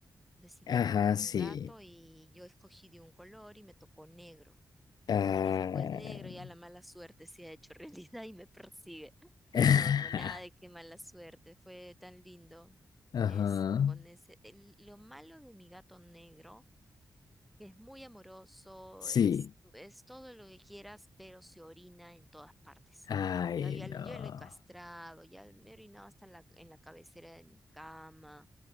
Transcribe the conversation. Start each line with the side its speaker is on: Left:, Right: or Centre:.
Centre: Decidí
Left: Ajá,
Centre: adoptar
Left: sí.
Centre: un gato y yo escogí de un color y me tocó negro.
Left: Ah.
Centre: Y dije, pues negro, ya la mala suerte se ha hecho <laughs> realidad y me persigue. Pero
Left: <laughs>
Centre: no, no, nada de qué mala suerte. Fue tan lindo.
Left: Ajá.
Centre: Es con ese, el- lo malo de mi gato negro. Es muy amoroso, es,
Left: Sí.
Centre: es todo lo que quieras, pero se orina en todas partes.
Left: Ay,
Centre: Yo ya,
Left: no.
Centre: yo lo he castrado, ya me he orinado hasta en la, en la cabecera de mi cama.